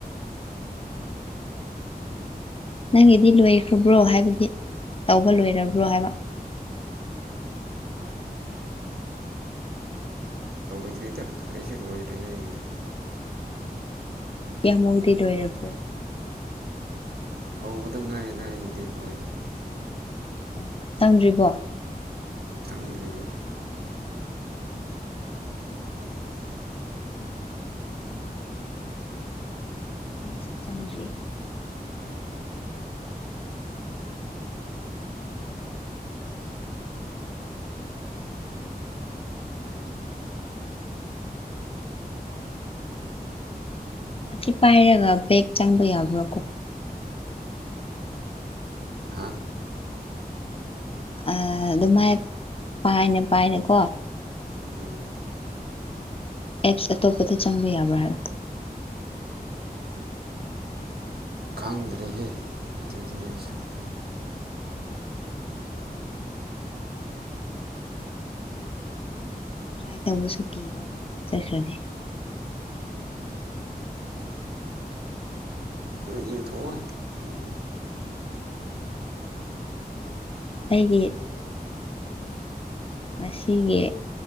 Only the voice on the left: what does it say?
ꯅꯪꯒꯤꯗꯤ ꯂꯣꯏꯈ꯭ꯔꯕ꯭ꯔꯣ ꯍꯥꯏꯕꯗꯤ ꯇꯧꯕ ꯂꯣꯏꯔꯕ꯭ꯔꯣ ꯍꯥꯏꯕ <unintelligible>
ꯀꯃꯛꯗꯤ ꯂꯣꯏꯅꯔꯕ꯭ꯔꯣ
ꯑꯣ ꯆꯪꯗ꯭ꯔꯤꯕꯣ
ꯎꯝ
ꯑꯩꯒꯤꯁꯨ ꯆꯪꯗ꯭ꯔꯤ ꯑꯁꯤ ꯄꯥꯏꯔꯒ ꯕꯦꯦꯛ ꯆꯪꯕ ꯌꯥꯕ꯭ꯔꯥꯀꯣ
ꯑ ꯑꯗꯨꯃꯥꯏ ꯄꯥꯏꯅꯦ ꯄꯥꯏꯅꯦꯀꯣ
ꯑꯦꯞꯁ ꯑꯇꯣꯞꯄꯗ ꯆꯪꯕ ꯌꯥꯕ꯭ꯔꯥ ꯍꯥꯏꯕ
ꯇ꯭ꯔꯥꯏ ꯇꯧꯕꯁꯨ ꯀꯤꯕ ꯆꯠꯈ꯭ꯔꯒꯦ
ꯑꯩꯒꯤ ꯉꯁꯤꯒꯤ